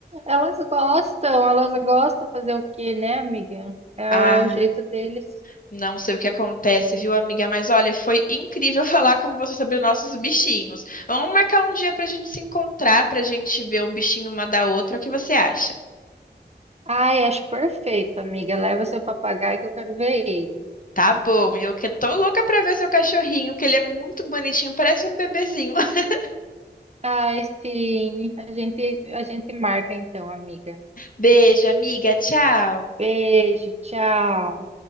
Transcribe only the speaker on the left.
Ai.
Não sei o que acontece, viu, amiga? Mas olha, foi incrível <laughs> falar com você sobre os nossos bichinhos. Vamos marcar um dia pra gente se encontrar, pra gente ver o bichinho uma da outra. O que você acha?
Tá bom, eu que tô louca pra ver seu cachorrinho, que ele é muito bonitinho, parece um bebezinho. <laughs>
Beijo, amiga. Tchau.